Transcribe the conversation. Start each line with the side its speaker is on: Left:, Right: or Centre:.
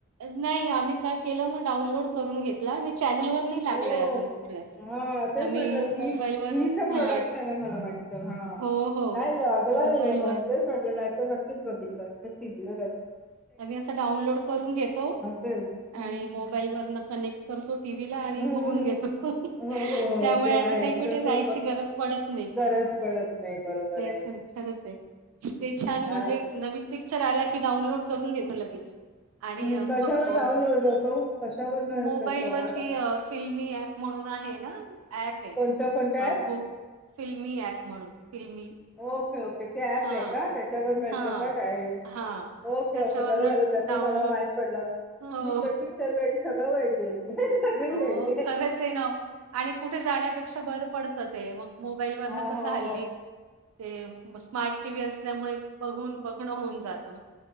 Right: नाही आम्ही काय केलं म डाउनलोड करून घेतला आणि चॅनल वर नाही लागलाय
Centre: हो
Right: अजून कुठलाच.
Centre: तेच
Right: आम्ही
Centre: म्हटलं जी
Right: मोबाईलवर
Centre: जी चा प्रोडक्शन
Right: हा
Centre: आहे मला वाटतं
Right: हो हो
Centre: नाही ला गला
Right: मोबाईलवर
Centre: नाहीेये म्हणून तेच म्हटलं नाही तर नक्कीच बघितलं असं टी व्ही वरचं.
Right: आही असं डाउनलोड करून घेतो
Centre: तेच हम्म
Right: आणि मोबाईल वरनं कनेक्ट करतो टीव्ही ला आणि
Centre: हं, हं.
Right: बघून घेतो
Centre: हो, हो.
Right: त्यामुळे
Centre: ते
Right: असं
Centre: आहेच.
Right: काही कुठे
Centre: तसं
Right: जायची
Centre: बघ
Right: गरज पडत नाही
Centre: गरज पडत नाही. बरोबर
Right: तेच
Centre: आहे.
Right: नाही खरंच आहे ते छान
Centre: काय
Right: म्हणजे नवीन पिक्चर आला की डाऊनलोड करून घेतो लगेच. आणि
Centre: हं. कशावर
Right: बघतो
Centre: डाउनलोड होतो? कशावर न
Right: मोबाईलवरती
Centre: मिळतो हा डाउन
Right: फिल्मी ऍप म्हणून आहे ना ऍप आहे
Centre: कोणत्या कोणत्या
Right: अ
Centre: ॲप?
Right: गु फिल्मी ऍप म्हणून फिल्मी.
Centre: Okay okay. ते ते ऍप
Right: हा
Centre: आहे का त्याच्यावर मिळतो
Right: हा
Centre: का डायरेक्ट
Right: हा.
Centre: ओके
Right: त्याच्यावरन
Centre: ओके बरं झालं त्यातून
Right: डाउनलोड
Centre: मला माहित पडला
Right: हो
Centre: मी तर पिक्चर वेडी सगळं वेडी आहे मी. सगळी
Right: हो
Centre: वेडी
Right: खरंच आहे ना. आणि कुठे जाण्यापेक्षा बरं पडतं ते मग मोबाईल वरनं
Centre: हां,
Right: कसं
Centre: हो,
Right: हल्ली
Centre: हो.
Right: ते स्मार्ट टी व्ही असल्यामुळे बघून बघणं होऊन जातं न.